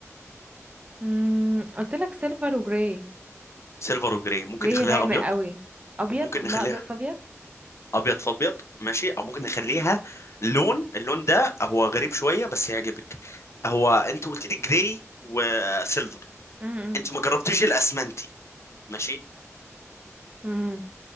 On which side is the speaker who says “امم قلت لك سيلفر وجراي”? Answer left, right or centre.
Right